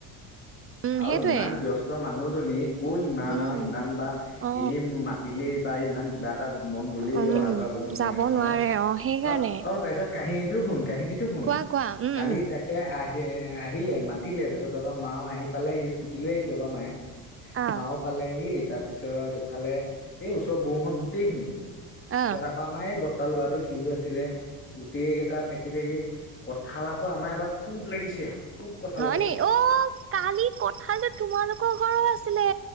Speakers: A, on the right (about 30°); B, on the left (about 25°).
A: উম,
B: আৰু
A: সেইটোয়ে।
B: ইমান ব্যস্ত মানুহজনীৰ কৰ ইমান
A: উম
B: আৰু ইমান বাট
A: অ
B: এনেই মাতিলেই বা ইমান কিবা তাত মন গৈলেই
A: উম
B: অহা যোৱা কৰিব
A: যাব
B: নোৱাৰে নহয়।
A: সেইকাৰণে
B: অ, অ তাৰপিছত কাহিনীটো শুন, কাহিনীতটো শুন,
A: কোৱা কোৱা উম
B: কালি
A: উম
B: তাকে আহি এ আহিলে মাতিলে তাৰ পিছত তহঁতৰ মাও আহি পালে সি স্কুটি লৈ আহিছিলে বাৰু মায়ে।
A: অ
B: মাও পালেহি। তাৰ পিছত এইফালে এই ওচৰৰ বৌহত গোটেই খিনি।
A: অ
B: তাৰপাছত আকৌ আমাৰ এই বৰ্তাৰ লৰাটো সিও আছিলে গোটেই কেইটা থাকি থাকি কঠাল আকৌ আমাৰ এবাৰ খুব লাগিছে। খুব কঁঠাল
A: হয়
B: লাগিছে
A: নি। অ, কালিৰ কঠালটো তোমালোকৰ ঘৰৰ আছিলে।